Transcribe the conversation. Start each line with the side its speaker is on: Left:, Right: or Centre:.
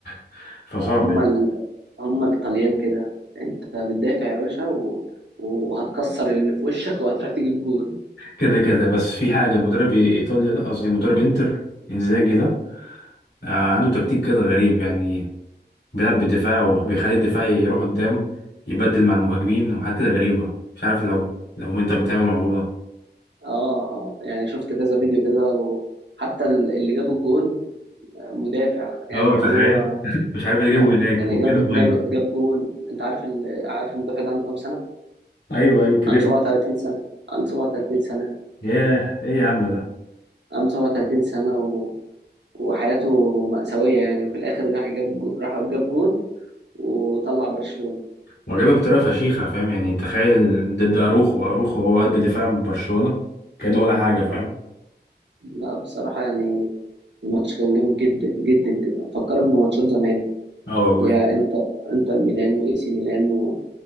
Left: <laughs> فصعب
Right: هم
Left: يعني.
Right: ال... هم الطليان كده انت بتدافع يا باشا و... وهتكسر اللي في وشك <laughs> وهتروح تجيب جون
Left: كده كده بس في حاجة مدرب ايطاليا ده قصدي مدرب انتر انزاجي ده آه، عنده تكتيك كده غريب يعني بيلعب بدفاع وبيخلي الدفاع يروح قدام يبدل مع المهاجمين وحاجات كده غريبة مش عارف لو لو انت متابع الموضوع ده
Right: اه اه يعني شفت كذا فيديو كده وحتى ال- اللي جاب الجون مدافع يعني
Left: اه
Right: هو
Left: تخيل <laughs> مش عارف اللي
Right: يعني
Left: جابه هناك وكانه
Right: جاب
Left: مهاجم
Right: جاب جاب جون انت عارف ال... عارف المدافع ده عنده كام سنة؟
Left: ايوه ايوه كبير
Right: عنده 37 سنة عنده 37 سنة
Left: ياه ايه يا عم ده
Right: عنده 37 سنة و... وحياته مأساوية يعني وفي الآخر راح جاب جو... راح جاب جون وطلع برشلونة
Left: وجابها بطريقه فشيخه فاهم يعني تخيل ضد اروخو اروخو هو قلب دفاع برشلونه كانه ولا حاجه فاهم
Right: اه لا بصراحة يعني الماتش كان جامد جدا جدا جدا فكرك بماتشات زمان
Left: اه والله
Right: اللي هي انتر انتر ميلان واي سي ميلان و...